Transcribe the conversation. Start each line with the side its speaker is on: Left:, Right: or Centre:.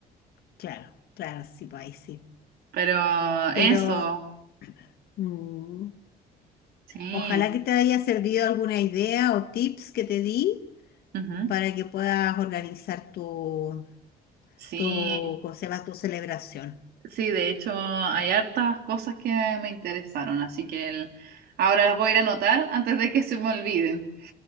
Left: Claro, claro, sí, pues ahí sí.
Right: Pero
Left: Pero
Right: eso,
Left: mm,
Right: sí,
Left: ojalá que te haya servido alguna idea o tips que te di
Right: ujú,
Left: para que puedas organizar tu,
Right: Sí,
Left: tu, ¿cómo se llama? Tu celebración.
Right: sí, de hecho hay hartas cosas que me interesaron, así que el- ahora las voy a ir a anotar antes de que se me olviden.